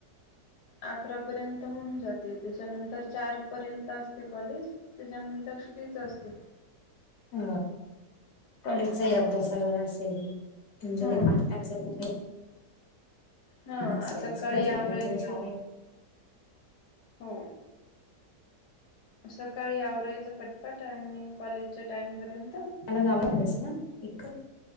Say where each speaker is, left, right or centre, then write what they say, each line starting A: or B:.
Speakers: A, on the left; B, on the left.
A: अकरा पर्यंत होऊन जाते त्याच्यानंतर चार पर्यंत असते कॉलेज त्याच्यानंतर सुटीच असते.
B: ह कॉलेजचाही अभ्यास असेल तुमच्या
A: हम्म.
B: ते पाठताल.
A: हा
B: असेल
A: सकाळी
B: सगळं झाल्यानंतर
A: आवरायचं
B: शाळेत
A: हो. सकाळी आवराळीचां पटपाट आणि कॉलेजच्या टाइमपर्यंत
B: हला जा आवागच ना एक